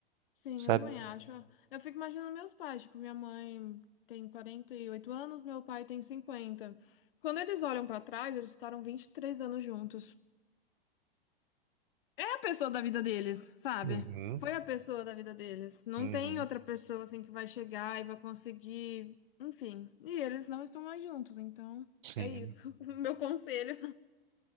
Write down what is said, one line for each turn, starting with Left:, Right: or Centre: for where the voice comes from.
Left: Sim,
Right: sabe?
Left: eu também acho. Ah, Eu fico imaginando meus pais, tipo, minha mãe tem 48 anos, meu pai tem cinquenta Quando eles olham pra trás, eles ficaram 23 anos juntos. É a pessoa da vida deles, sabe?
Right: Uhum,
Left: Foi a pessoa da vida deles. Não
Right: uhum.
Left: tem outra pessoa assim que vai chegar e vai conseguir, enfim. E eles não estão mais juntos, então
Right: Sim.
Left: é isso. <laughs> O Meu conselho.